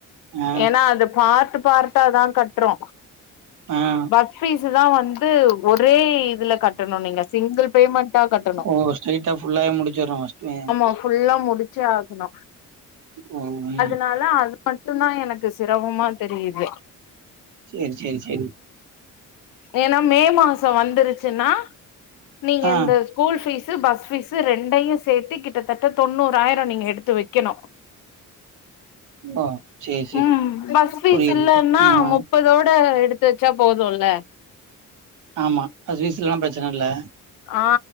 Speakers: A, on the right (about 70°); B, on the left (about 85°).
A: ஆ
B: ஏன்னா அது பார்ட்டு பார்ட்டா தா கட்றோ
A: அ
B: பஸ் ஃபீஸ் தா வந்து ஒரே இதுல கட்டணு நீங்க சிங்கிள் பேமெண்டா கட்டணு
A: ஓ ஸ்ட்ரைட்டா ஃபுல்லாவே முடிச்சிர்றோ ஃபஸ்ட்டு
B: ஆமா ஃபுல்லா முடுச் சே ஆகணு
A: ஓ ம்
B: அதுனால அது மட்டுந் தா எனக்கு சிரமமா தெரியுது
A: சேரி சேரி சேரி
B: ஏன்னா மே மாசொ வந்துருச்சுன்னா நீங்க
A: ஆ
B: இந்த ஸ்கூல் ஃபீஸ்ஸு பஸ் ஃபீஸ்ஸு ரெண்டையு சேத்து கிட்டத்தட்ட தொண்ணூறாயரொ நீங்க எடுத்து வெக்கணு
A: ஓ சேரி சேரி
B: ம் பஸ் ஃபீஸ்
A: புரியுது
B: இல்லென்னா
A: ம்
B: மு ப்பதோட எடுத்து வச்சா போதுல்ல
A: ஆமா அது வேசுலலா பிரச்சன இல்ல
B: ஆ